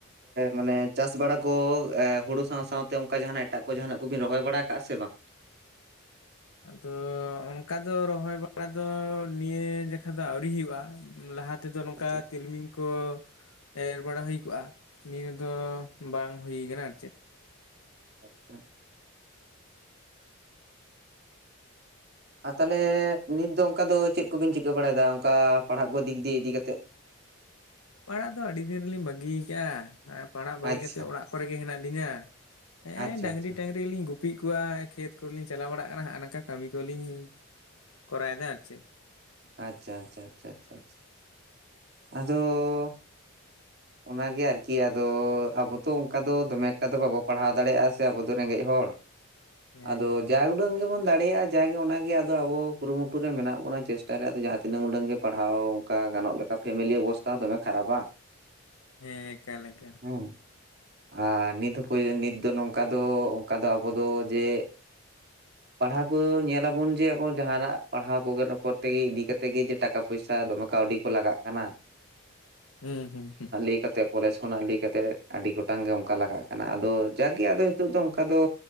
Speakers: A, on the right; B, on the left.
A: ᱢᱟᱱᱮ ᱪᱟᱥ ᱵᱟᱲᱟ ᱠᱚ ᱦᱳᱲᱳ ᱥᱟᱶ ᱥᱟᱶᱛᱮ ᱚᱱᱠᱟ ᱡᱟᱦᱟᱱᱟᱜ ᱮᱴᱟᱜ ᱠᱚ ᱡᱟᱦᱟᱱᱟᱜ ᱠᱚᱵᱤᱱ ᱨᱚᱦᱚᱭ ᱵᱟᱲᱟ ᱟᱠᱟᱜᱼᱟ ᱵᱟᱝ?
B: ᱟᱫᱚ ᱚᱱᱠᱟ ᱫᱚ ᱨᱚᱦᱚᱭ ᱵᱟᱲᱟ ᱫᱚ ᱱᱤᱭᱟᱹ ᱡᱮᱠᱷᱟ ᱫᱚ ᱟᱹᱣᱨᱤ ᱦᱩᱭᱩᱜᱼᱟ᱾ ᱞᱟᱦᱟ ᱛᱮᱫᱚ ᱱᱚᱝᱠᱟ
A: ᱟᱪᱪᱷᱟ
B: ᱛᱤᱞᱢᱤᱧ ᱠᱚ ᱮᱨ ᱵᱟᱲᱟ ᱦᱩᱭ ᱠᱚᱜᱼᱟ ᱱᱤᱭᱟᱹ ᱫᱚ ᱵᱟᱝ ᱦᱩᱭ ᱟᱠᱟᱱᱟ ᱟᱨ ᱪᱮᱫ
A: ᱟᱪᱪᱷᱟ ᱟᱨ ᱛᱟᱦᱚᱞᱮ ᱱᱤᱛ ᱫᱚ ᱚᱱᱠᱟ ᱫᱚ ᱪᱮᱫ ᱠᱚᱵᱤᱱ ᱪᱤᱠᱟᱹ ᱵᱟᱲᱟᱭᱮᱫᱟ ᱚᱱᱠᱟ ᱯᱟᱲᱦᱟᱜ ᱠᱚ ᱫᱤᱠ ᱫᱤᱭᱮ ᱤᱫᱤ ᱠᱟᱛᱮᱫ?
B: ᱯᱟᱲᱦᱟᱜ ᱫᱚ ᱟᱹᱰᱤ ᱫᱤᱱ ᱨᱮᱞᱤᱧ ᱵᱟᱹᱜᱤ ᱠᱟᱜᱼᱟ ᱯᱟᱲᱟᱜ ᱵᱟᱹᱜᱤ
A: ᱟᱪᱪᱷᱟ
B: ᱠᱟᱛᱮᱫ ᱚᱲᱟᱜ ᱠᱚᱨᱮ ᱜᱮ ᱦᱮᱱᱟᱜ ᱞᱤᱧᱟ᱾ ᱦᱮᱸ
A: ᱟᱪᱪᱷᱟ
B: ᱰᱟᱝᱨᱤ
A: ᱟᱪᱪᱷᱟ
B: ᱴᱟᱝᱨᱤ ᱞᱤᱧ ᱜᱩᱯᱤ ᱠᱚᱣᱟ ᱠᱷᱮᱛ ᱠᱚᱨᱮᱞᱤᱧ ᱪᱟᱞᱟᱣ ᱵᱟᱲᱟᱜ ᱠᱟᱱᱟ ᱦᱟᱜᱟ ᱱᱟᱝᱠᱟ ᱠᱟᱹᱢᱤ ᱠᱚᱞᱤᱧ ᱠᱚᱨᱟᱭ ᱫᱟ ᱟᱨᱪᱮ
A: ᱟᱪᱪᱷᱟ ᱟᱪᱪᱷᱟ ᱟᱪᱪᱷᱟ ᱟᱪᱪᱷᱟ ᱟᱫᱚ ᱚᱱᱟᱜᱮ ᱟᱨᱠᱤ ᱟᱫᱚ ᱟᱵᱚ ᱛᱚ ᱚᱱᱠᱟ ᱫᱚ ᱫᱚᱢᱮ ᱮᱠᱴᱟ ᱫᱚ ᱵᱟᱵᱚ ᱯᱟᱲᱦᱟᱣ ᱫᱟᱲᱮᱭᱟᱜᱼᱟ ᱥᱮ ᱟᱵᱚ ᱫᱚ ᱨᱮᱸᱜᱮᱡ ᱦᱚᱲ
B: ᱦᱮᱸ
A: ᱟᱫᱚ ᱡᱟ ᱩᱰᱟᱹᱝ ᱜᱮᱵᱚᱱ ᱫᱟᱲᱮᱭᱟᱜᱼᱟ ᱡᱟᱜᱮ ᱚᱱᱟᱜᱮ ᱟᱫᱚ ᱟᱵᱚ ᱠᱩᱨᱩᱢᱩᱴᱩ ᱨᱮ ᱢᱮᱱᱟᱜ ᱵᱚᱱᱟ ᱪᱮᱥᱴᱟᱨᱮ ᱟᱫᱚ ᱡᱟᱦᱟᱸ ᱛᱤᱱᱟᱹᱜ ᱩᱰᱟᱹᱝ ᱜᱮ ᱯᱟᱲᱦᱟᱣ ᱚᱱᱠᱟ ᱜᱟᱱᱚᱜ ᱞᱮᱠᱟ ᱯᱷᱮᱢᱮᱞᱤ ᱚᱵᱚᱥᱛᱟ ᱦᱚᱸ ᱫᱚᱢᱮ ᱠᱷᱟᱨᱟᱯᱟ᱾
B: ᱦᱮᱸ ᱮᱠᱟᱞ ᱮᱠᱟᱞ
A: ᱦᱩᱸ ᱟᱨ ᱱᱤᱛ ᱦᱚᱸᱯ ᱱᱤᱛ ᱫᱚ ᱱᱚᱝᱠᱟ ᱫᱚ ᱚᱱᱠᱟ ᱫᱚ ᱟᱵᱚ ᱫᱚ ᱡᱮ ᱯᱟᱲᱦᱟᱣ ᱠᱚ ᱧᱮᱞᱟᱵᱚᱱ ᱡᱮ ᱟᱵᱚ ᱡᱟᱦᱱᱟᱜ ᱯᱟᱲᱦᱟᱣ ᱠᱚ ᱨᱚᱲᱚᱛᱮ ᱤᱫᱤ ᱠᱟᱛᱮ ᱜᱮ ᱡᱮ ᱴᱟᱠ ᱴᱟᱠᱟ ᱯᱚᱭᱥᱟ ᱫᱚᱢᱮ ᱠᱟᱹᱣᱰᱤ ᱠᱚ ᱞᱟᱜᱟᱜ ᱠᱟᱱᱟ᱾
B: ᱦᱩᱸ ᱦᱩᱸ ᱦᱩᱸ
A: ᱤᱫᱤ ᱠᱟᱛᱮᱜ ᱠᱚᱞᱮᱡᱽ ᱠᱷᱚᱱᱟᱜ ᱞᱟᱹᱭ ᱠᱟᱛᱮ ᱟᱹᱰᱤ ᱜᱚᱴᱟᱝ ᱜᱮ ᱚᱱᱠᱟ ᱞᱟᱜᱟᱜ ᱠᱟᱱᱟ ᱟᱫᱚ ᱡᱟᱜᱮ ᱟᱫᱚ ᱱᱤᱛᱚᱜ ᱫᱚ ᱚᱱᱠᱟ ᱫᱚ